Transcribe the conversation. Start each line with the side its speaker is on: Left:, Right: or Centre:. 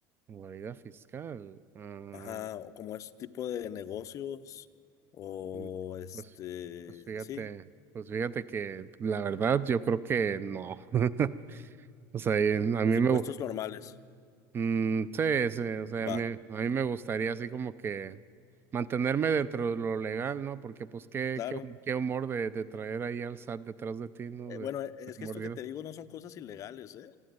Right: Guarida fiscal. Ah,
Left: Ajá, o como ese tipo de negocios o
Right: mm,
Left: este,
Right: pues, pues fíjate,
Left: sí,
Right: pues fíjate que la verdad yo creo que no. <laughs> O sea, y a mí
Left: los impuestos
Right: me, gu-
Left: normales.
Right: mm, sí, sí, o sea, a
Left: Va,
Right: mí, a mí me gustaría así como que mantenerme dentro de lo legal, ¿no? Porque pues qué,
Left: claro.
Right: qué, qué humor de, de traer ahí al SAT detrás de ti, ¿no?
Left: Eh,
Right: De,
Left: bueno, eh, es
Right: de mordido.
Left: que esto que te digo no son cosas ilegales, ¿eh?